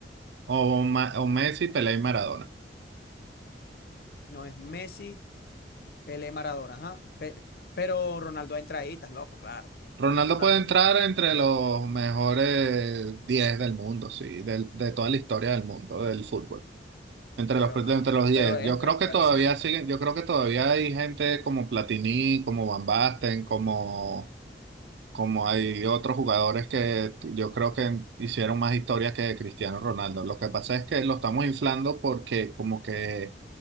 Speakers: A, on the right; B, on the left.
A: O, Ma- o Messi, Pelé y Maradona.
B: No es Messi, Pelé, Maradona, ajá. Pe- pero Ronaldo entra ahí, estás loco, claro.
A: Ronaldo
B: Ronaldo
A: puede entrar
B: entra.
A: entre los mejores 10 del mundo, sí, del- de toda la historia del mundo, del fútbol. Entre
B: Pero
A: los, entre
B: no,
A: los 10.
B: pero entra,
A: Yo creo que
B: pero
A: todavía
B: sí entra.
A: siguen, yo creo que todavía hay gente como Platini, como Van Basten, como, como hay otros jugadores que yo creo que hicieron más historia que Cristiano Ronaldo. Lo que pasa es que lo estamos inflando porque como que